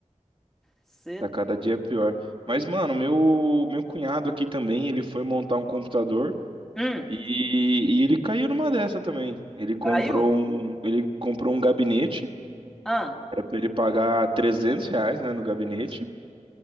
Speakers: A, in the centre; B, on the right.
A: Você
B: Tá
A: tá...
B: cada dia pior. Mas, mano, meu meu cunhado aqui também, ele foi montar um computador
A: Hum,
B: e, e ele caiu numa dessa também. Ele comprou
A: caiu?
B: um, ele comprou um gabinete,
A: Ah,
B: era pra ele pagar 300 reais, né, no gabinete.